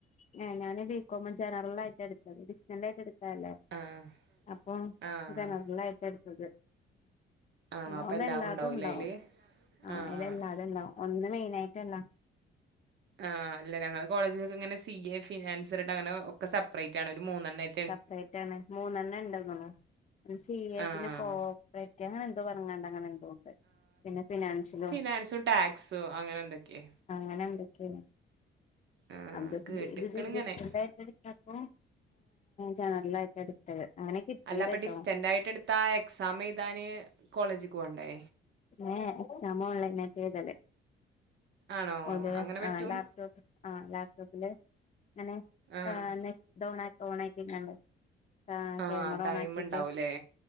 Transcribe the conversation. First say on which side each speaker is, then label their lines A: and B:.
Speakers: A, on the left (about 35°); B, on the right (about 65°).
A: ഹ ഞാന് ബികോം ജനറൽ ആയിട്ട എടുത്തത് ബിസിനായി് എടു അല്ലേ
B: ആഹ്
A: അപ്പൊ
B: ആഹ്
A: ജനറലായിട്ട് എടുത്തത്
B: ആണോ
A: അതാവുമ്പോ
B: അപ്പം എല്ലാതും
A: എല്ലാത്തും
B: ഉണ്ടാവൂലേ
A: ഉണ്ടാവും
B: അയില്
A: ആ
B: ആഹ്
A: അതില് എല്ലാതും ഉണ്ടാവും ഒന്നും മെയിനായിറ്റല്ല
B: ആ അല്ല ഞങ്ങള് കോളേജിലൊക്കെ ഇങ്ങനെ സി എ ഫിനാൻസ് അങ്ങനെ ഒക്കെ സപ്രേറ്റാണ് ഒരു മൂന്നെണ്ണയി
A: സപ്പറേറ്റാണ് മൂന്നെണ്ണം ഇണ്ടന്നൊള്ളു സി എ
B: ആഹ്
A: പിന്നെ കോപ്പറേറ്റ് അങ്ങനെ എന്തോ പറഞ്ഞങ്ങാട്ട് അങ്ങനെ എന്തോ ഒണ്ട് പിന്നെ ഫിനാൻഷ്യലും
B: ടാക്സോ ടാക്സോ അങ്ങനെ എന്തൊക്കെയെ
A: അനന്തൊക്കയാണ്
B: ആഹ്
A: അത്
B: കേട്ട്ക്ക്ണ്
A: ചെയ്ത് ചെയ്ത്
B: ഇങ്ങനെ
A: ഡിസറ്റൻ്റ് ആയി എടുത്തപ്പോ ജനറലായിട്ട് എടുത്തത് അങ്ങനെ കിട്ടിയത്
B: അല്ലപ്പൊ
A: കേട്ടോ
B: ഡിസ്റ്റന്റ് ആയിട്ട് എടുത്ത ആ എക്സാം എഴുതാന് കോളേജ് ക്ക് പോവണ്ടേ
A: ഉം ന ഓൺലൈൻയായിട്ട് എഴുതല്
B: ആണോ
A: ഓൺ ലൈൻ
B: അങ്ങനെ പറ്റും
A: ആ ലാപ്ടോപ്പ് ആ ലാപ്ടോപ്പില് ഇങ്ങനെ
B: ആഹ്
A: നെറ്റ് ഓൺ ഓണായിട്ട് <unintelligible> ആ
B: ആഹ്
A: കേമറ
B: ടൈം
A: ഓണാക്കി വെച്ചെ
B: ഉണ്ടാവൂലേ